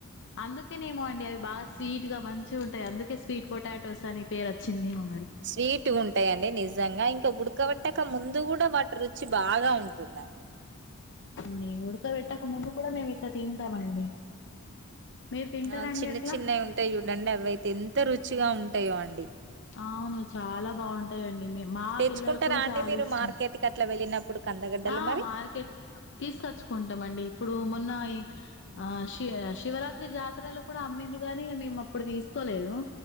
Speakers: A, on the left; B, on the right.
A: అందుకేనేమో అం డి అవి బాగా
B: అవునండి
A: స్వీట్ గా మంచిగా ఉంటాయి అందుకే స్వీట్ పొటాటోస్ అని పేర చ్చిదేమో
B: స్వీట్గా ఉంటాయి అండి నిజంగా ఇం క ఉడకవేట్టక ముందు కూడా వాటి రుచి బాగా ఉంటుందండి.
A: అండి ఉడుక వెట్టక్ క ముందు కూడా
B: ఉమ్
A: మేము ఇట్లా తింటామండి మీరు తింటారండి
B: ఆ చిన్న
A: అట్లా
B: చిన్నయి ఉంటాయి చూడండి అవి అయితే ఎంత రుచిగా ఉంటాయో అండి
A: అవును చాలా బాగుంటాయండి మే మా
B: తెచ్చుకుంటారా.
A: పిల్లలకు కూడా
B: అండి
A: చాలా
B: మీరు
A: ఇష్టం
B: మార్కెట్కి అట్లా వెళ్ళినప్పుడు కందగడ్డలు
A: ఆ
B: మరి
A: మార్కెట్ తీసుకొచ్చుకుంటాం అండి ఇప్పుడు మొన్న ఈ ఆ శివ శివరాత్రి జాతరలో కూడా అమ్మిర్రు గాని మేము అప్పుడు తీసుకోలేదు.